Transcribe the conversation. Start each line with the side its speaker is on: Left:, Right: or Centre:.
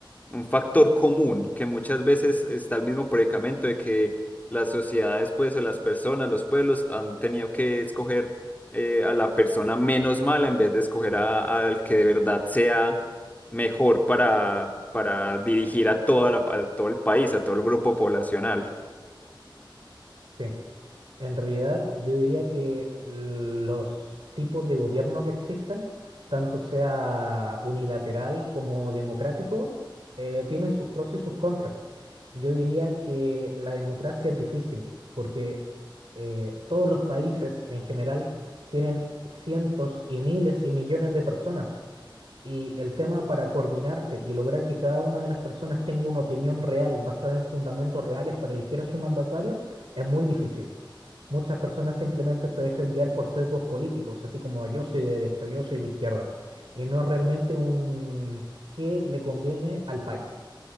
Left: un factor común, que muchas veces está el mismo predicamento de que las sociedades pues o las personas, los pueblos han tenido que escoger eh, a la persona menos mala en vez de escoger a- al que de verdad sea mejor para, para dirigir a toda la, a todo el país, a todo el grupo poblacional.
Right: Sí. En realidad, yo diría que los tipos de gobierno que existen, tanto sea unilateral como democrático, eh, tienen sus pros y sus contras. Yo diría que la democracia es difícil porque eh, todos los países en general tienen cientos y miles y millones de personas y el tema para coordinarse y lograr que cada una de las personas tenga una opinión real basada en fundamentos reales para elegir a su mandatario es muy difícil. Muchas personas simplemente se dejan guiar por sesgos políticos, así como yo soy de derecha, yo soy de izquierda, y no realmente un qué le conviene al país.